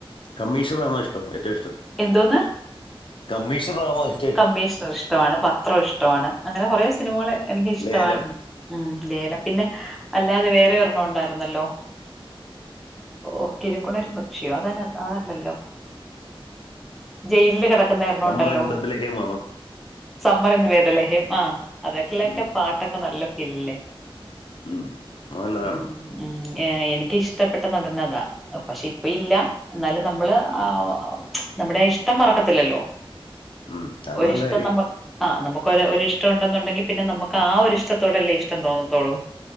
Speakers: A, on the left (about 60°); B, in the centre.
A: കമ്മീഷണറാന്നോയിഷ്ടം ഏറ്റവും ഇഷ്ടം
B: എന്തോന്ന്
A: കമ്മീഷണറാന്നോ ഇഷ
B: കമ്മീഷണർ ഇഷ്ടവാണ് പത്രം ഇഷ്ടമാണ് അങ്ങനെ കൊറെ സിനിമകള് എനിക്ക്ഷ്ടമായിര്ന്ന്
A: ലേലം
B: ഉം ലേലം പിന്നെ അല്ലാതെ വേറെയൊരെണ്ണം ഒണ്ടായിരുന്നല്ലോ? ഓ കിഴക്കുണരും പക്ഷിയോ അതന്നെ അതല്ലല്ലോ ജയില്ൽ കെടക്കുന്നേ? ണ്ടല്ലോ
A: സമ്മർ ഇൻ ബദ്ലേഹമാണോ
B: സമ്മരൻ വേദലഹം ആ അതൊക്കെലെക്കെ
A: ഉം.
B: പാട്ട് ക്കെ നല്ല ഫീലല്ലേ?
A: ഉം അഹ് നല്ലതാണ്
B: ഉം ഉം എനിക്കിഷ്ടപ്പെട്ട നടനതാ പക്ഷെയിപ്പയില്ല എന്നാലും നമ്മ ള്
A: ഉം.
B: ആഹ് നമ്മുടെയാ ഇഷ്ടം മറക്കത്തില്ലല്ലോ
A: ഉം. അത്
B: ഒരിഷ്ടം
A: നല്ല കാര്യം
B: നമ്മ ആ് നമ്മക്കൊര് ഒരിഷ്ടവൊണ്ടെന്നുണ്ടെങ്കി പിന്നെ നമുക്ക് ആ ഒരു ഇഷ്ടത്തോടെല്ലേ ഇഷ്ടം തോന്നത്തൊള്ളു